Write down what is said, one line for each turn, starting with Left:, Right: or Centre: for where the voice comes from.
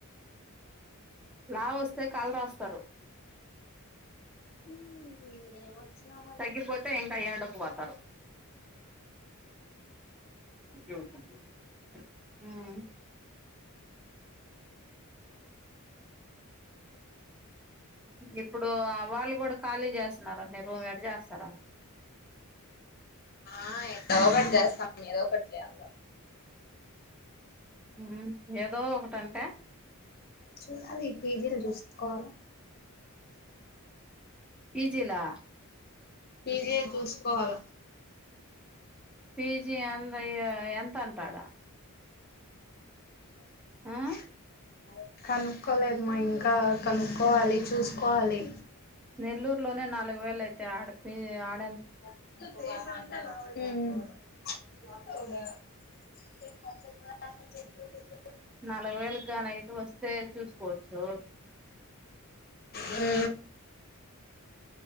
Centre: లావు వస్తే కాలర్ వస్తారు
Left: హు ఏమో హు
Centre: తగ్గిపోతే ఇంకా ఏడుకు పోతారు <unintelligible> ఉమ్ ఇప్పుడు వాళ్ళు కూడ ఖాళీ చేస్తున్నారంటనే ఎటు చేస్తారు
Left: ఆ ఏట్టో ఒకటి చేస్తాం ఏదో ఒకటి చేయాలి కదా
Centre: హు ఏదో ఒకటంటే
Left: చూడాలి పీజీలు చూసుకో
Centre: పీజీలా
Left: పీజీ ఏ చూసుకోవాల
Centre: పీజీ ఏందో ఎంత అంట ఆడ
Left: అది
Centre: ఆ
Left: కనుక్కోలేదుమ ఇంకా కనుక్కోవాలి చూసుకోవాలి
Centre: నెల్లూరు లోనే నాలుగు వేలు అయితే ఆడపి ఆడ
Left: హు చె
Centre: నాలుగు వేలు గానీ అయితే వస్తే చూసుకోచ్చు
Left: హు